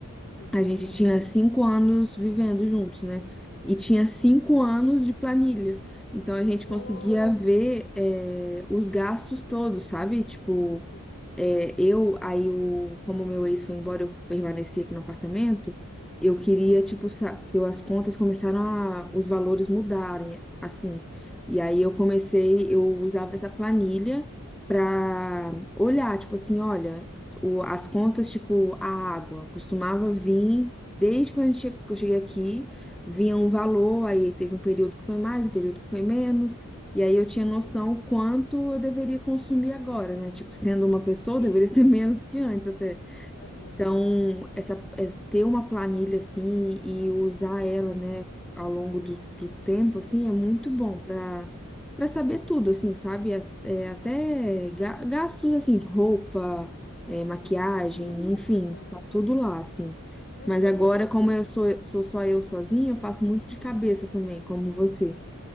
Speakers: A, on the left; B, in the centre.
A: Uhum,
B: A gente tinha cinco anos vivendo juntos, né? E tinha
A: sim.
B: cinco anos de planilha. Então a gente
A: Nossa.
B: conseguia ver, é, os gastos todos, sabe? Tipo,
A: Uhum.
B: é, eu, aí, o, como meu ex foi embora, eu permaneci aqui no apartamento. Eu queria, tipo, sa- que eu- as contas começaram a, os valores mudarem, assim. E aí eu comecei, eu usava essa planilha para olhar, tipo assim, olha, o- as contas, tipo, a água costumava vir, desde quando a gente che- que eu cheguei aqui, vinha um valor, aí teve um período que foi mais, um período que foi menos. E aí eu tinha noção
A: Sim,
B: quanto eu deveria consumir agora, né? Tipo, sendo uma pessoa, eu
A: sim.
B: deveria <laughs> ser menos do que antes até.
A: Aham.
B: Então, essa, es- ter uma planilha assim e usar ela, né, ao longo do, do tempo, assim, é muito bom para para saber tudo, assim, sabe? É- é, até ga- gastos, assim, roupa, é, maquiagem,
A: Sim.
B: enfim,
A: Aham.
B: tá tudo lá, assim.
A: Não,
B: Mas
A: é
B: agora,
A: bem.
B: como eu sou, sou só eu sozinha, eu faço muito de cabeça também, como você.